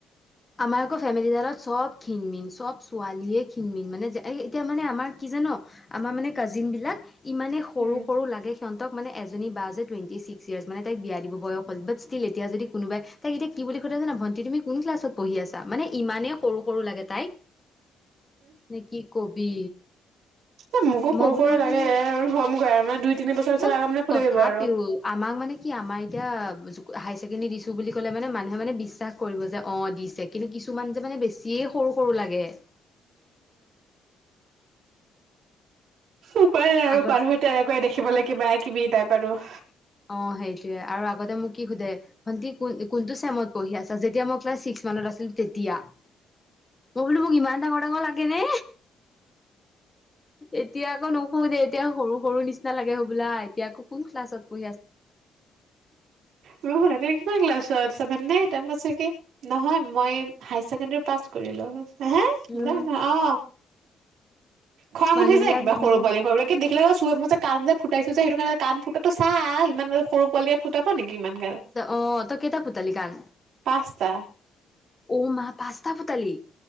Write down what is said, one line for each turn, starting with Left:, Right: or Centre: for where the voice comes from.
Left: আমাৰ আকৌ ফেমিলিডালত চব খিণমিন চব ছোৱালীয়ে খিণমিন মানে এই এতিয়া মানে আমাৰ কি জান আমাৰ মানে কাজিন বিলাক ইমানে সৰু
Right: উম,
Left: সৰু লাগে। সিহঁতক মানে এজনী বা আছে টুৱেণ্টি ছিক্ ইয়াৰছ মানে তাইক বিয়া দিব বয়স হ'ল বাট ষ্টিল এতিয়া যদি কোনোবাই তাইক এতিয়া কি বুলি সুধে জান ভণ্টি তুমি কোন ক্লাছত পঢ়ি আছা? মানে ইমানেই সৰু- সৰু লাগে তাইক নে কি কবি?
Right: এ মোকো সৰু
Left: মই বোলো
Right: সৰু লাগে হ'ম গৈ আৰু মানে দুই তিনি বছৰ পিছত
Left: ন
Right: আগ মানে <unintelligible>
Left: তথাপিও
Right: আহিব আৰু?
Left: আমাক মানে কি আমাৰ এতিয়া হায়াৰ ছেকেণ্ডেৰী দিছো বুলি ক'লে মানে মানুহে মানে বিশ্বাস কৰিব যে অ', দিছে। কিন্তু কিছুমান যে মানে বেছিয়ে সৰু সৰু লাগে।
Right: উপায় নাই আৰু
Left: আগত
Right: মানুহ তেনেকুৱাই দেখিবলৈ কিবা কিবি তাইপ আৰু।
Left: অ', সেইটোয়ে আৰু আগতে মোক কি সোধে? ভন্টি কোনত ছেমত পঢ়ি আছা? যেতিয়া মই ক্লাছ ছিক্স মানত আছিলো তেতিয়া। মই বোলো মোক ইমান ডাঙৰ ডাঙৰ লাগে নে? এতিয়া আকৌ নুশুদে এতিয়া সৰু-সৰু নিচিনা লাগে হ'বলা এতিয়া কোনটো ক্লাচ পঢ়ি আছা।
Right: মোহ'ল <inaudible> কোন ক্লাচত আছা চেভেন নে এটা <unintelligible> নহয় মই হাই ছেকেণ্ডাৰী পাছ কৰিলো। হেঁ-হে,
Left: উম
Right: অঁ',। খং
Left: মানুহ
Right: উঠি
Left: বিলাক
Right: যায় কিবা
Left: মানে
Right: সৰু পোৱালি দেখি থাকে। <unintelligible> যে কাণ যে ফুটাইো যে সেইটো কাৰণে কাণ ফুটাটো চাই ইমান সৰু পোৱালিয়ে ফুটাব পাৰে নেকি ইমান গাল।
Left: অঁ', তই কেইটা ফুতালি কাণ?
Right: পাঁচটা
Left: অ' মা পাঁচটা ফুতালি।